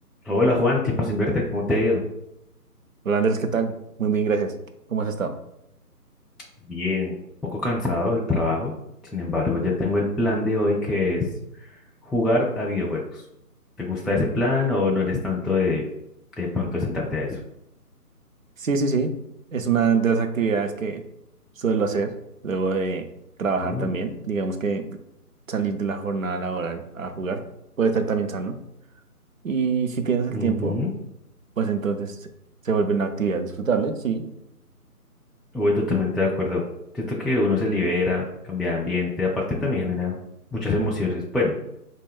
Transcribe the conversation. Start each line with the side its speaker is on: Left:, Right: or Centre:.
Centre: Hola Juan, tiempo sin verte, ¿cómo te ha ido?
Right: Hola Andrés, ¿qué tal? Muy bien, gracias. ¿Cómo has estado?
Centre: Bien, un poco cansado del trabajo, sin embargo ya tengo el plan de hoy que es jugar a videojuegos. ¿Te gusta ese plan o no eres tanto de de pronto de sentarte a eso?
Right: Sí, sí, sí. Es una de las actividades que suelo hacer luego de trabajar
Centre: Mm,
Right: también. Digamos que salir de la jornada laboral a jugar puede ser también sano. Y si tienes el
Centre: ujú.
Right: tiempo, pues entonces se vuelve una actividad disfrutable, sí.
Centre: Voy totalmente de acuerdo. Siento que uno se libera, cambia de ambiente, aparte también genera muchas emociones. Bueno,